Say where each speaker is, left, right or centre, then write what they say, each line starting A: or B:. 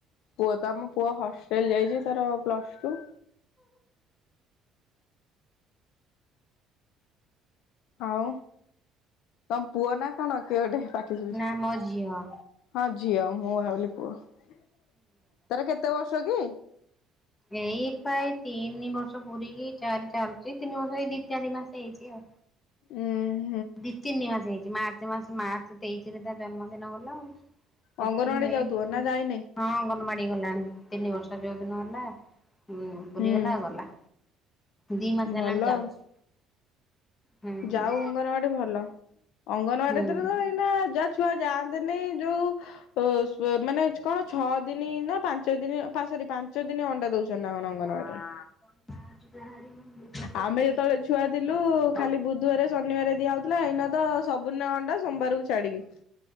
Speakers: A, on the left (about 75°); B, on the left (about 30°).
A: ପୁଅ ତ ଆମ ପୁଅ ହଷ୍ଟେଲ ଯାଇଛି ତାର ପ୍ଲସ ଟୁ। ଆଉ ତମ ପୁଅ ନା କଣ କିଏ ଗୋଟେ। ପାଟି ଶୁଭୁଚି
B: ନା ମୋ ଝିଅ
A: ହଁ ଝିଅ। ମୁଁ ଭାବିଲି ପୁଅ ତାର କେତେ ବର୍ଷ କି।
B: ଏଇପା ଏଇ ତିନି ବର୍ଷ ପୁରୀକି ଚାରି ଚାଲୁଛି ତିନି ବର୍ଷ ଏଇ ଦି ଚାରି ମାସ ହେଇଛି ଆଉ।
A: ଉଁ।
B: ଦି ତିନି ମାସ ହେଇଛି ମାର୍ଚ୍ଚ ମାସ ମାର୍ଚ୍ଚ ତେଇଶି ରେ ତା ଜନ୍ମଦିନ ଗଲା ଆଉ।
A: ଅଙ୍ଗନବାଡି
B: ଏପ୍ରିଲ ମେ
A: ଯାଉଥିବ
B: ଜୁନ୍
A: ନା ଯାଇନି
B: ହଁ ଅଙ୍ଗ ବାଡି ଗଲାଣି ତିନି ବର୍ଷ ଯୋଉ ଦିନ ହେଲା ଉ ପୁରୀ
A: ହୁଁ
B: ଗଲା ଗଲା। ଦି ମାସେ
A: ଭଲ
B: ହେଲାଣି ଯାଉଛି।
A: ଆଉ।
B: ହୁଁ
A: ଯାଉ ଅଙ୍ଗନବାଡି ଭଲ। ଅଙ୍ଗନବାଡି
B: ହୁଁ
A: ତିରେ ତ ଏଇନା ଯା ଛୁଆ ଯାଅନ୍ତେନି ଯୋଉ। ଓ ସ୍ଵ ମାନେ କଣ ଛଅ ଦିନ ନା ପାଞ୍ଚ ଦିନ ପା ସରୀ ପା ପାଞ୍ଚ ଦିନ ଅଣ୍ଡା ଦଉଛନ୍ତି ନା କଣ ଅଙ୍ଗନବାଡିରେ।
B: <unintelligible>
A: ଆମେ ଯେତେବେଳେ ଛୁଆ ଥିଲୁ ଖାଲି ବୁଧବାର ଶନିବାର ଦିଆ ହଉଥିଲା ଏଇନା ତ ସବୁଦିନେ ଅଣ୍ଡା ସୋମବାର କୁ ଛାଡିକି।